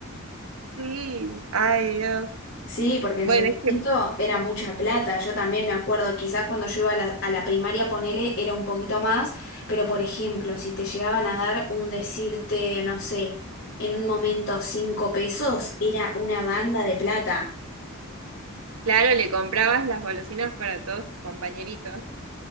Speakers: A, on the right (about 85°); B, on the left (about 60°).
A: Sí, ay Dios.
B: Sí, porque en
A: Bueno,
B: su momento
A: es que,
B: era mucha plata. Yo también me acuerdo, quizás cuando yo iba a la, a la primaria, ponele, era un poquito más, pero por ejemplo, si te llegaban a dar un decirte, no sé, en un momento cinco pesos, era una banda de plata.
A: claro, le comprabas las golosinas para todos tus compañeritos.